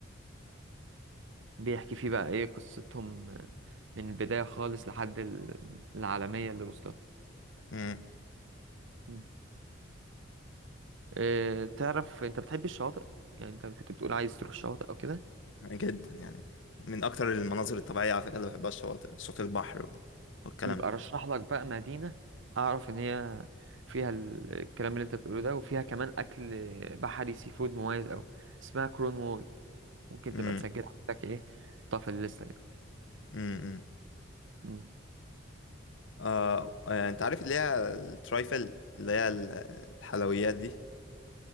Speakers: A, on the right; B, on the left.
A: بيحكي فيه بقى ايه قصتهم آه، من البداية خالص لحد ال- العالمية اللي وصلت
B: امم
A: مم. آه، تعرف انت بتحب الشواطئ يعني انت كنت بتقول عايز تروح الشواطئ او كده
B: جدا يعني من اكتر المناظر الطبيعيه على فكره اللي بحبها الشواطئ صوت البحر وال- والكلام
A: يبقى
B: ده
A: رشح لك بقى مدينة اعرف ان هي فيها ال- الكلام اللي انت بتقوله ده وفيها كمان اكل بحري سي فود مميز اوي اسمها كرون وول ممكن
B: امم
A: تبقى تسجلها عندك ايه طف الليسته كده
B: امم
A: مم.
B: آه آه، انت عارف اللي هي الترايفل اللي هي ال- الحلويات دي